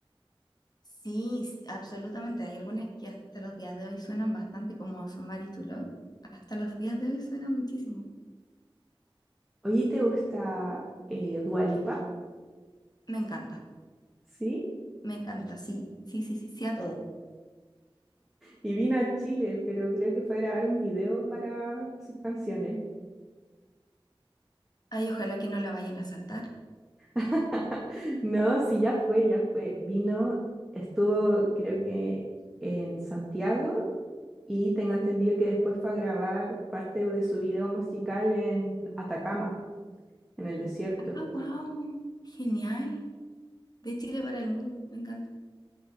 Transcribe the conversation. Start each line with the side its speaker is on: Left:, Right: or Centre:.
Left: Sí, s- absolutamente. Hay algunas que hasta los días de hoy suenan bastante, como Somebody to Love. Hasta los días de hoy suena muchísimo.
Centre: Oye, ¿te gusta eh, Dua Lipa?
Left: Me encanta,
Centre: Sí.
Left: me encanta, sí, sí, sí, sí, sí a todo.
Centre: Y vino a Chile, pero creo que fue a grabar un video para sus canciones.
Left: Ay, ojalá que no la vayan a saltar.
Centre: <laughs> No, sí, ya fue, ya fue. Vino, estuvo creo que en Santiago y tengo entendido que después fue a grabar parte de su video musical en Atacama, en el desierto.
Left: Ah, wow, genial. De Chile para el mundo, me encanta.